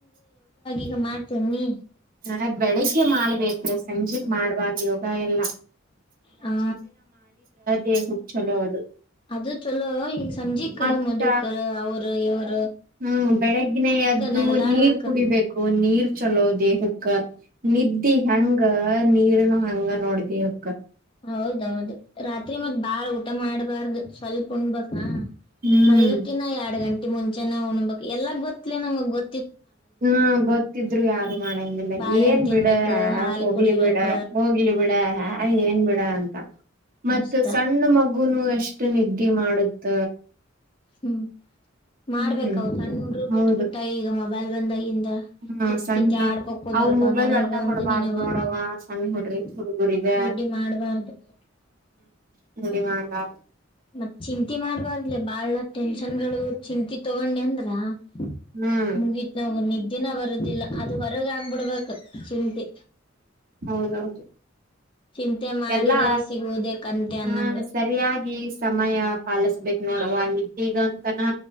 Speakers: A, on the left; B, on the right.
A: ಈಗ ಮಾಡ್ತೇನ್ ನೀ
B: ಹಾ ಬೆಳಿಗ್ಗೆ ಮಾಡ್ ಬೇಕ್ರ ಸಂಜಿಕ್ ಮಾಡ್ಬಾರ್ದು ಯೋಗ ಎಲ್ಲ
A: ಹಾ
B: ದೇಹಕ್ ಚಲೋ ಅದು
A: ಅದು ಚಲೋ ಈ ಸಂಜಿಕ
B: ಮತ್ತ
A: ಮದುಕರ್ ಅವರು ಇವ್ರ್
B: ಹ್ಮ್ ಬೆಳಗ್ಗಿನೆ ಎದ್ದು
A: ನಡದಾಡ್ಬೇಕ
B: ನೀರ್ ಕುಡಿಬೇಕು ನೀರ್ ಚಲೋ ದೇಹಕ್ಕ ನಿದ್ದಿ ಹೆಂಗ ನೀರ್ನು ಹ್ ಹಂಗ ನೋಡ್ದಿ ಅಕ್ಕ
A: ಹೌದೌದು ರಾತ್ರಿ ಮತ್ ಬಾಳ ಊಟ ಮಾಡ್ಬಾರ್ದು. ಸ್ವಲ್ಪ್ ಉಣ್ ಬೇಕ
B: ಹ್ಮ್
A: ಮಲ್ಲಿಗಕ್ಕನ್ನ ಯಾಡ್ ಗಂಟ್ ಮುಂಚೆನೆ ಉಣ್ಬೇಕ್ ಎಲ್ಲಾ ಗೊತ್ ಲೆ ನಮಗ್ ಗೊ
B: ಹ್ಮ ಗೊತ್ತಿದ್ರು ಯಾರು ಮಾಡಂಗಿಲ್ಲ
A: ಬಾಳೆಹಣ್
B: ಏನ್
A: ತಿನ್ಬೇಕ
B: ಬಿಡ
A: ಹಾಲ್
B: ಹೋಗ್ಲಿ
A: ಕುಡಿಬೇಕ
B: ಬಿಡ ಹೋಗ್ಲಿ ಬಿಡ ಹ ಏನ್ ಬಿಡ ಅಂತ ಮತ್ತ
A: ಅಷ್ಟ
B: ಸಣ್ಣ ಮಗುನು ಎಷ್ ನಿದ್ದಿ ಮಾಡುತ್ತ
A: ಹ್ಮ್ ಮಾಡ್ಬೇಕವು
B: ಹ್ಮ್
A: ಸಣ್ಣುಡ್ರು
B: ಹೌದು
A: ಬಿಟ್ಟು ಬಿಟ್ಟ ಈಗ ಮ ಮೊಬೈಲ್ ಬಂದ ಈ ಇಂದ
B: ಹ್ಮ
A: ಕುತ್
B: ಸಣ್ಣ
A: ಕಿತ್ತ ಆಡ್ಕೋಂದಿರ್ತವ
B: ಅವ್ ಮೊಬೈಲ್
A: ನನಗ
B: ಒಟ್ಟ
A: ಒಂದು
B: ಕೊಡ್ಬಾರ್ದ್
A: ನಿನಗ
B: ನೋಡವ
A: ಒಂದು
B: ಸಣ್ಣ ಹುಡ್ರಿ
A: <unintelligible>
B: ಹುಡುಗುರಿಗ
A: ರೂಢಿ ಮಾಡ್ಬಾರ್ದು <unintelligible>
B: ಹಿಂಗೆ ಮಾಡ್ಬಾರ್ದು
A: ಮತ್ ಚಿಂತಿ ಮಾಡ್ಬಾರ್ದಲೆ ಬಾಳ. ಟೆನ್ಷನ್ ಗಳು ಚಿಂತಿ ತಗೊಂಡಿಅಂದ್ರ <unintelligible>
B: ಹ್ಮ್
A: ಮುಗಿತವ ನಿಡ್ ದಿನ ಬರುದಿಲ್ಲ ಅದು ಹೊರಗ ಆಗ್ಬಿಡ್ಬೇಕ್ ಚಿಂತಿ.
B: ಹೌದೌದು <unintelligible>
A: ಚಿಂತೆ ಮಾಡಿದರೆ
B: ಎಲ್ಲಾ
A: ಸಿಗುವುದೇ ಕಂತೆ ಅನ್ನಂಗ
B: ಅ <unintelligible> ಸರಿಯಾಗಿ ಸಮಯ ಪಾಲಿಸ ಬಿಟ್ ನೋಡವ ಇದೀಗ ಅಂತನಾ